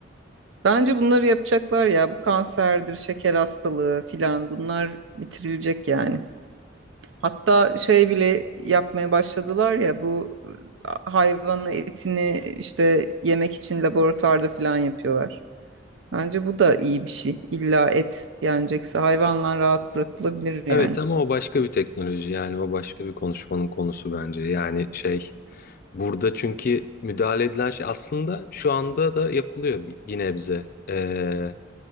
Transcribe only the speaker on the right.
bence bunları yapacaklar ya bu kanserdir, şeker hastalığı filan bunlar bitirilecek yani. Hatta şey bile yapmaya başladılar ya bu e, hayvan etini işte yemek için laboratuvarda filan yapıyorlar. Bence bu da iyi bir şey. İlla et yenecekse hayvanlar rahat bırakılabilir yani.